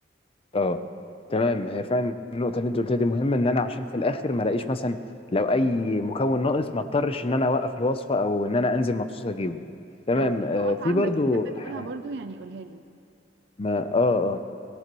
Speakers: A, on the left (about 30°); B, on the right (about 65°).
A: اه تمام هي فعلا النقطة اللي انت قلتها دي مهمة ان انا عشان في الاخر ما الاقيش مثلا لو اي مكون ناقص ما اضطرش ان انا اوقف الوصفة او ان انا انزل مخصوص اجيبه تمام
B: لو في
A: آه
B: نقط
A: في
B: عندك
A: برضو
B: تحب تقولها
A: ح-
B: برضو يعني قولها لي
A: ما اه اه